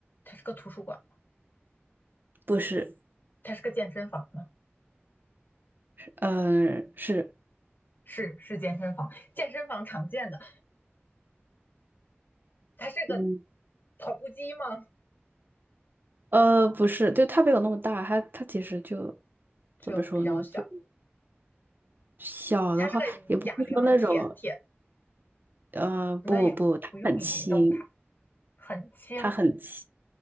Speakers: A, on the left (about 50°); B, on the right (about 50°).
A: 它是个图书馆吗？
B: 不是，
A: 它是个健身房吗？
B: 嗯、是，
A: 是是健身房，健身房常见的。它是个
B: 嗯，
A: 跑步机吗？
B: 呃，不是，就它没有那么大，它它其实就
A: 就比较小。
B: 怎么说呢？就小的话，
A: 它是个哑铃，
B: 也不是说那种，
A: 铁铁，
B: 呃，
A: 那也不用移动它，
B: 不不，它很轻，
A: 很轻。
B: 它很细，